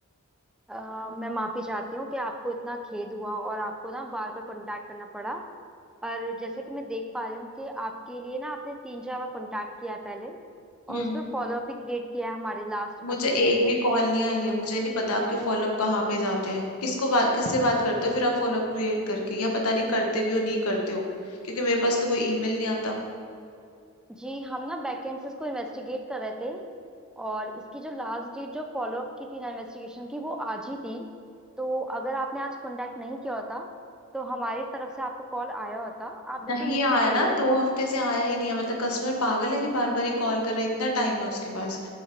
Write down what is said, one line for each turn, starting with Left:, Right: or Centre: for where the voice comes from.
Centre: अ, मैं माफी चाहती हूँ कि आपको इतना खेद हुआ और आपको ना बार बार कांटेक्ट करना पड़ा और जैसे कि मैं देख पा रही हूँ कि आपके लिए ना आपने तीन चार बार कांटेक्ट किया है पहले
Left: हम्म
Centre: और उस पर फॉलोअप भी क्रिएट किया है हमारे लास्ट
Left: मुझे
Centre: एसोसिएट
Left: एक
Centre: ने
Left: भी कॉल नहीं आई है मुझे नहीं पता आपके फॉलोअप कहाँ पे जाते हैं किसको बात किससे बात करते हो फिर आप फॉलोअप क्रिएट करके या पता नहीं करते भी हो नहीं करते हो क्योंकि मेरे पास तो कोई ईमेल नहीं आता
Centre: जी हम ना बैकेंड से इसको इन्वेस्टिगेट कर रहे थे और इसकी जो लास्ट डेट जो फॉलोअप की थी ना इन्वेस्टिगेशन की वो आज ही थी तो अगर आपने आज कांटेक्ट नहीं किया होता तो हमारी तरफ से आपको कॉल आया होता आप बिल्कुल
Left: नहीं
Centre: निश्चित
Left: आया
Centre: रहिए
Left: ना दो हफ्ते से आया ही नहीं है मतलब कस्टमर पागल है कि बार बार ही कॉल कर रहा है इतना टाइम है उसके पास